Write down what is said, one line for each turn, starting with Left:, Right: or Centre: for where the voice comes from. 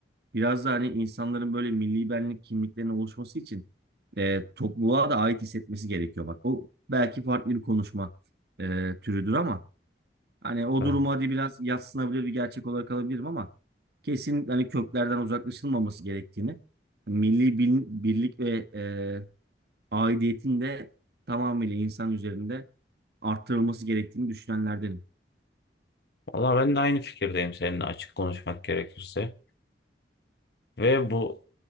Right: Biraz da hani insanların böyle milli benlik kimliklerinin oluşması için e, topluluğa da ait hissetmesi gerekiyor. Bak o belki farklı bir konuşma e, türüdür ama hani o
Left: Evet.
Right: durumu hadi biraz yadsınabilir bir gerçek olarak alabilirim ama kesin hani köklerden uzaklaşılmaması gerektiğini, milli bil- birlik ve e, aidiyetin de tamamıyla insan üzerinde arttırılması gerektiğini düşünenlerdenim.
Left: Valla ben de aynı fikirdeyim seninle açık konuşmak gerekirse. Ve bu